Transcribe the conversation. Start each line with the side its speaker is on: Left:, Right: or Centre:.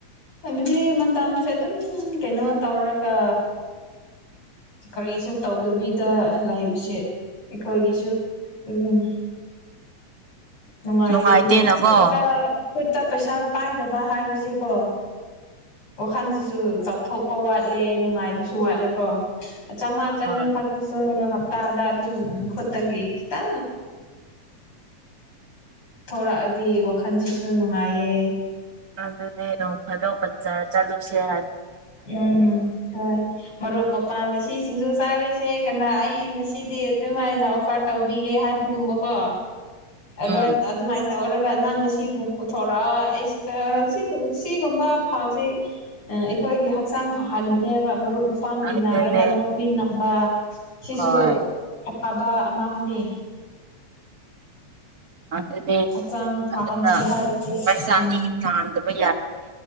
Left: ꯍꯥꯏꯕꯗꯤ ꯃꯇꯝꯁꯦ ꯑꯗꯨꯝ ꯀꯩꯅꯣ ꯇꯧꯔꯒ ꯀꯔꯤꯁꯨ ꯇꯧꯗꯕꯤꯗ ꯂꯩꯕꯁꯦ ꯑꯩꯈꯣꯏꯒꯤꯁꯨ ꯎꯝ
Right: <inaudible>
Left: ꯅꯨꯡꯉꯥꯏꯇꯦ
Right: ꯅꯨꯡꯉꯥꯏꯇꯦꯅꯀꯣ
Left: ꯑꯗꯨꯅ ꯈꯨꯠꯇ ꯈꯨꯠꯇ ꯄꯩꯁꯥ ꯄꯥꯏꯗꯕ ꯍꯥꯏꯕꯁꯤꯀꯣ ꯋꯥꯈꯜꯁꯤꯁꯨ ꯆꯥꯎꯊꯣꯛꯄ ꯋꯥꯠꯂꯦ ꯅꯨꯡꯉꯥꯏꯕꯁꯨ ꯋꯥꯠꯂꯦꯀꯣ ꯆꯃꯥ ꯆꯅꯤ
Right: ꯍꯣꯏ
Left: ꯈꯥꯛꯁꯨ ꯍꯥ ꯇꯥꯗ ꯑꯗꯨꯝ ꯈꯣꯠꯇꯒꯤꯈꯤꯇ ꯊꯧꯔꯛꯑꯗꯤ ꯋꯥꯈꯜꯁꯤꯁꯨ ꯅꯨꯡꯉꯥꯏꯌꯦ
Right: ꯑꯗꯨꯅꯦ ꯅꯣꯡ ꯐꯗꯣꯛ ꯕꯖꯔꯥ ꯆꯠꯂꯨꯁꯥ
Left: ꯎꯝꯝ ꯍꯣꯏ ꯃꯔꯨꯞ ꯃꯄꯥꯡ ꯉꯁꯤ ꯁꯤꯡꯖꯨ ꯆꯥꯔꯤꯁꯦ ꯀꯅꯥ ꯑꯩ ꯑꯩ ꯉꯁꯤꯗꯤ ꯑꯗꯨꯃꯥꯏꯅ ꯑꯣꯐꯔ ꯇꯧꯕꯤꯒꯦ ꯍꯥꯏꯕꯒꯨꯝꯕꯀꯣ ꯑꯗꯨ
Right: ꯎꯝ
Left: ꯑꯗꯨꯃꯥꯏ ꯇꯧꯔꯒ ꯅꯪ ꯉꯁꯤ ꯄꯨꯊꯣꯔꯛꯑꯣ ꯑꯩꯁꯤꯗ ꯁꯤꯒꯨꯝꯕ ꯐꯥꯎꯁꯤꯦ ꯎ ꯑꯩꯈꯣꯏꯒꯤ ꯍꯛꯆꯥꯡ ꯐꯍꯟꯕꯅꯦꯕ ꯃꯔꯨꯞ ꯃꯄꯥꯡ ꯇꯤꯟꯅꯔꯒ
Right: ꯑꯗꯨꯅꯦ
Left: ꯅꯣꯛꯃꯤꯟꯅꯕ ꯁꯤꯁꯨ
Right: ꯍꯣꯏ
Left: ꯑꯐꯕ ꯑꯃ ꯍꯥꯏꯅꯤ
Right: ꯑꯗꯨꯅꯦ
Left: ꯍꯛꯆꯥꯡ ꯐꯍꯟꯁꯦ
Right: ꯑꯗꯨꯅ
Left: ꯍꯥꯏꯔ
Right: ꯄꯩꯁꯥꯗꯤ
Left: ꯎꯝ
Right: ꯇꯥꯟꯗꯕ